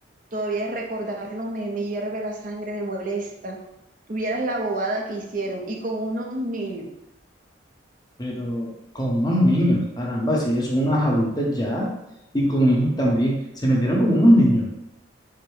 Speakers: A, on the right; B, on the left.
A: todavía recordarlo me, me hierve la sangre, me molesta. Tuvieras la bobada que hicieron y con unos niños.
B: Pero con unos niños, caramba, si ya son unas adultas ya, y con hijos también, se metieron con unos niños.